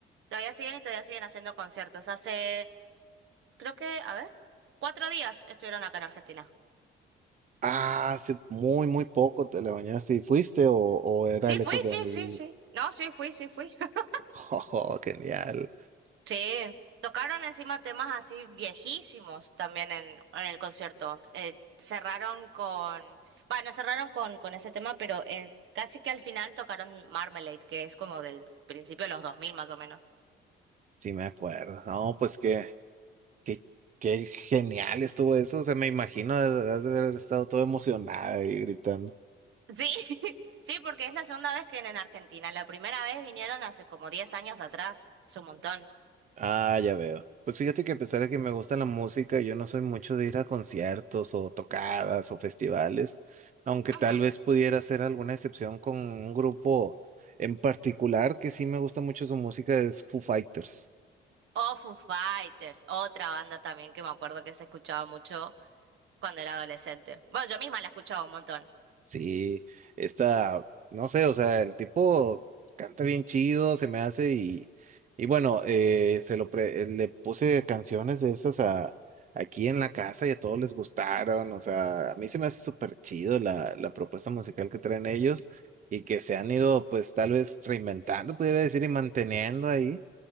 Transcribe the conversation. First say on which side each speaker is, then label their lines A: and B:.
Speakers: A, on the right; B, on the right.
A: todavía siguen y todavía siguen haciendo conciertos. Hace, creo que, a ver, cuatro días estuvieron acá en Argentina.
B: Ah, hace muy, muy poco te la bañaste y fuiste o, o era
A: Sí,
B: lejos
A: fui,
B: de
A: sí,
B: donde
A: sí,
B: vives.
A: sí. No, sí, fui, sí, fui. <laughs>
B: <laughs> Oh, genial.
A: Sí. Tocaron encima temas así viejísimos también en, en el concierto. Eh, cerraron con, bueno, cerraron con, con ese tema, pero en, casi que al final tocaron Marmalade, que es como del principio de los 2000 más o menos.
B: Sí, me acuerdo. No, pues qué, qué, qué genial estuvo eso. O sea, me imagino, has de haber estado todo emocionada y gritando.
A: Sí, <laughs> sí, porque es la segunda vez que vienen a Argentina. La primera vez vinieron hace como 10 años atrás. Es un montón.
B: Ah, ya veo. Pues fíjate que a pesar de que me gusta la música, yo no soy mucho de ir a conciertos o tocadas o festivales, aunque
A: Ujú.
B: tal vez pudiera hacer alguna excepción con un grupo en particular que sí me gusta mucho su música, es Foo Fighters.
A: O Foo Fighters, otra banda también que me acuerdo que se escuchaba mucho cuando era adolescente. Bueno, yo misma la escuchaba un montón.
B: Sí, esta, no sé, o sea, el tipo canta bien chido, se me hace y, y bueno, eh, se lo pre- eh, le puse canciones de esas a, aquí en la casa y a todos les gustaron, o sea, a mí se me hace súper chido la, la propuesta musical que traen ellos y que se han ido pues tal vez reinventando, pudiera decir, y manteniendo ahí